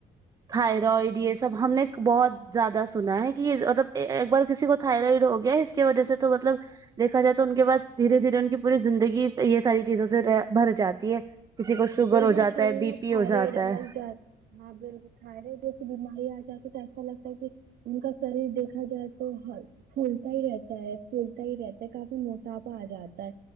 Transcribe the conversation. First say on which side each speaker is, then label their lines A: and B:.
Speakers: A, on the right; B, on the right.
A: تھائرائڈ
B: بالکل
A: یہ
B: صحیح
A: سب
B: کریں
A: ہم
B: گے
A: نے بہت زیادہ سنا ہے کہ مطلب ایک بار کسی کو تھائرائڈ ہو گیا ہے اس کی وجہ سے تو مطلب دیکھا جائے تو ان کے بعد دھیرے دھیرے ان کی پوری زندگی یہ ساری چیزوں سے بھر جاتی ہے کسی کو شوگر
B: ایک
A: ہو
B: بار
A: جاتا
B: شریر
A: ہے بی
B: میں
A: پی
B: تھائرائڈ
A: ہو جاتا
B: الگ
A: ہے
B: جاتا ہاں بالکل تھائیریڈ جیسے بیماری آجاتی تو ایسا لگتا کہ ان کا شریر دیکھا جائے تو پھولتا ہی رہتا ہے پلتا ہی رہتا ہے کافی موٹا آ جاتا ہے